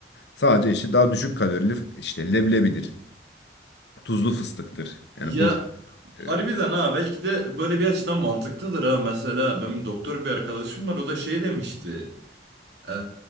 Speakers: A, on the left; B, on the right.
A: Sadece işte daha düşük kalorili işte leblebidir. Tuzlu fıstıktır.
B: Ya
A: Yani boş. E,
B: harbiden ha belki de böyle bir açıdan mantıklıdır ha. Mesela benim doktor bir arkadaşım var o da şey demişti. Ee,